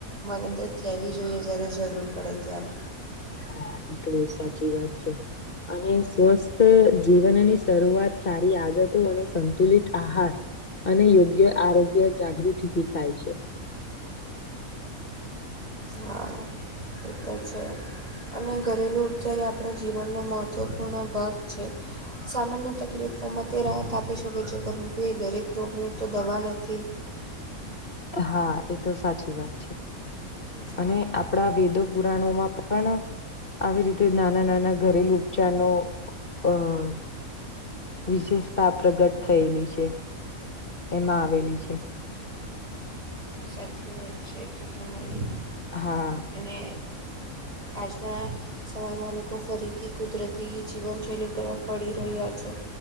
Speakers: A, on the right; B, on the left.
A: મદદ લેવી જોઈએ જ્યારે જરૂર પડે ત્યારે.
B: હા, એ તો સાચી વાત છે અને સ્વસ્થ થ જીવનની શરૂઆત સારી આદતો અને સંતુલિત આહાર અને યોગ્ય આરોગ્ય જાગૃતિથી થાય છે.
A: હા. એ તો છે અને ઘરેલુ ઉપચાર એ આપડા જીવનનો મહત્ત્વપૂર્ણ નું ભાગ છે. સામાન્ય તકલીફોમાં તે રાહત આપી શકે છે પરંતુ એ દરેક રોગની તો દવા નથી.
B: હા, એ તો સાચી વાત છે.
A: હા
B: અને
A: હા,
B: આપડા વેદો પુરાણોમાં પણ આવી રીતે નાના નાના ઘરેલુ ઉપચારનો અહ વિશેષતા પ્રગટ થયેલી છે, એમાં આવેલી છે.
A: સાચી વાત છે એ તો તમારી.
B: હા.
A: અને આજના સમયમાં લોકો ફરીથી કુદરતી જીવનશૈલી તરફ વડી રહ્યા છે.